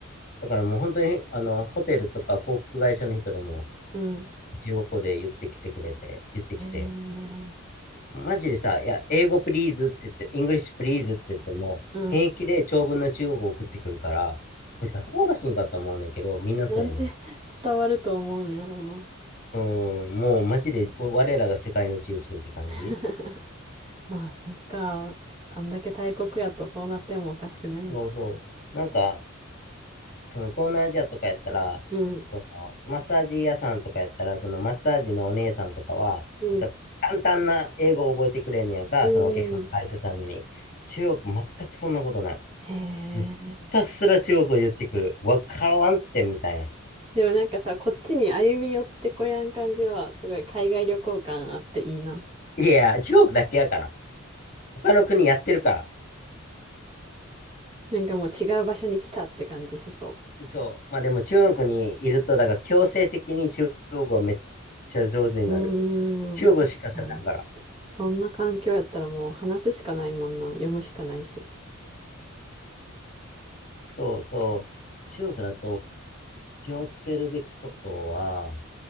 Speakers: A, on the left; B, on the right.
A: だからもう本当に、あの、ホテルとか航空会社の人でも、
B: うん。
A: 中国語で言ってきてくれて、言ってきて、
B: へえ、
A: マジでさ、いや、英語プリーズって言って、イングリッシュプリーズって言っても、
B: うん。
A: 平気で長文の中国語を送ってくるから、こいつ頭おかしいんかと思うねんけど、みんなそうやねん。
B: なんで <laughs> 伝わると思うんやろうな。
A: うん、もうマジで我らが世界の中心って感じ
B: <laughs> まあ、そっか。あんだけ大国やとそうなってもおかしくないん。
A: そうそう。なんか、その東南アジアとかやったら、
B: うん、
A: そのマッサージ屋さんとかやったら、そのマッサージのお姉さんとかは、
B: うん、
A: なんか簡単な英語を覚えてくれんねやんか、
B: う
A: そのお客さんの返すために。
B: ん。
A: 中国、全くそんなことない。
B: へえ。
A: もうひたすら中国を言ってくる。わからんってみたいな。
B: でもなんかさ、こっちに歩み寄ってこやん感じは、すごい海外旅行感あっていいな。
A: いやいや、中国だけやから。他の国やってるから。
B: なんかもう違う場所に来たって感じしそ
A: そう。まあでも中国にいると、だから強制的に中国語はめっちゃ上手になる。
B: ううーん。
A: 中国しか喋らんから。
B: 確かに。そんな環境やったらもう話すしかないもんな。読むしかないし。
A: そうそう。中国だと気をつけるべきことは、